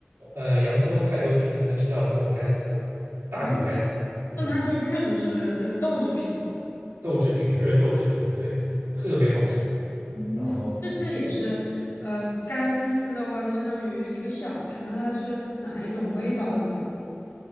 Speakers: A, on the right (about 85°); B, on the left (about 80°).
A: 呃扬州、泰州地区才能吃到这种干丝，
B: 哦，
A: 大煮干丝，嗯。
B: 那它就确实是就是豆制品嘛。
A: 豆制品，确实豆制品，对，特别好吃。
B: 嗯，
A: 然后，
B: 这这也是，
A: 嗯，
B: 呃，干丝的话就相当于一个小菜嘛，那它是哪一种味道的呢？